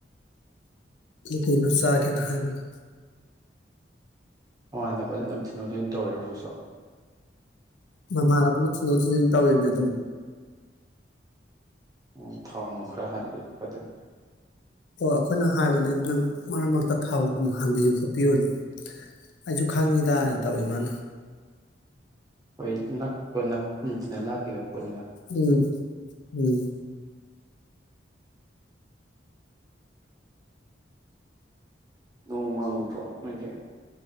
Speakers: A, on the left; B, on the right.
A: ꯀꯩꯅꯣ ꯆꯥꯒꯦꯅ ꯍꯥꯏꯕꯅꯤ
B: ꯃꯉꯥꯟꯅ ꯐꯅ ꯑꯗꯨꯝ ꯊꯤꯟꯗꯣꯛ ꯊꯖꯤꯟ ꯇꯧꯔꯤꯔꯣ ꯍꯧꯖꯤꯛꯁꯨ
A: ꯃꯥꯅꯕꯅ ꯊꯤꯟꯗꯣꯛ ꯊꯤꯟꯖꯤꯟ ꯇꯧꯔꯤꯅꯦ ꯑꯗꯨꯝ
B: ꯎ ꯊꯥꯎꯟꯅꯨꯡꯈ꯭ꯔ ꯍꯥꯏꯥꯟꯕꯤꯔ ꯐꯗ
A: ꯑꯣ ꯑꯩꯈꯣꯏꯅ ꯍꯥꯏꯕꯅꯦ ꯅꯪ ꯃꯔꯛ ꯃꯔꯛꯇ ꯊꯥꯎ ꯑꯗꯨꯝ ꯍꯥꯡꯕꯤꯌꯨ ꯈꯣꯠꯄꯤꯌꯨꯅꯨ ꯑꯩꯁꯨ ꯈꯪꯉꯤꯗꯅ ꯇꯧꯋꯤ ꯃꯥꯅ
B: ꯍꯣꯏ ꯅꯛꯄ ꯅꯛꯈꯁꯤꯅ ꯂꯥꯞꯄꯤꯕ ꯄꯣꯠꯅꯤꯅ
A: ꯎꯝ ꯎꯝ
B: ꯅꯣꯡ ꯃꯥꯡꯗ꯭ꯔꯣ ꯅꯠꯇꯦ